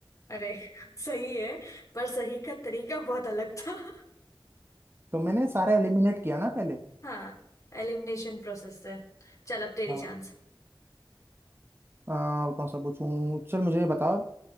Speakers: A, on the left; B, on the right.
A: अरे <laughs> सही है पर सही का तरीका बहुत अलग था <laughs>
B: तो मैंने सारे एलिमिनेट किया ना पहले
A: हाँ एलिमिनेशन प्रोसेस से चल अब तेरी
B: हाँ
A: चांस
B: अ, कौन सा पूछूं चल मुझे ये बता